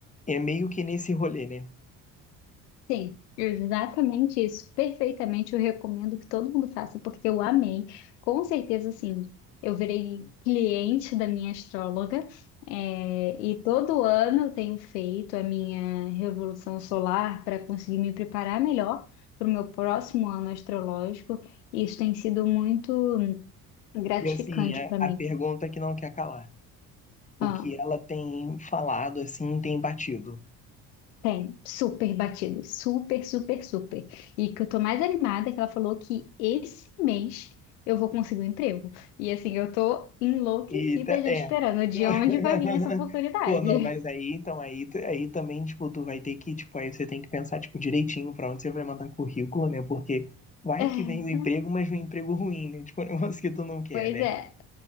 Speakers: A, on the left; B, on the left.
A: É meio que nesse rolê, né?
B: Sim, exatamente isso. Perfeitamente, eu recomendo que todo mundo faça, porque eu amei. Com certeza, sim. Eu virei cliente da minha astróloga, é, e todo ano eu tenho feito a minha revolução solar para conseguir me preparar melhor para o meu próximo ano astrológico, e isso tem sido muito gratificante
A: E assim, a,
B: para
A: a
B: mim.
A: pergunta que não quer calar. O
B: Ah,
A: que ela tem falado, assim, tem batido.
B: Tem, super batido, super, super, super. E que eu tô mais animada é que ela falou que esse mês eu vou conseguir um emprego. E assim, eu tô enlouquecida
A: E tá-
B: já
A: é.
B: esperando de
A: <laughs>
B: onde vai vir essa oportunidade.
A: Pô, não, mas aí, então, aí, tu- aí também, tipo, tu vai ter que, tipo, aí você tem que pensar, tipo, direitinho pra onde você vai mandar currículo, né? Porque vai
B: <laughs>
A: que vem o emprego, mas vem um emprego ruim, né? Tipo, <laughs> um negócio que tu não quer,
B: Pois
A: né?
B: é.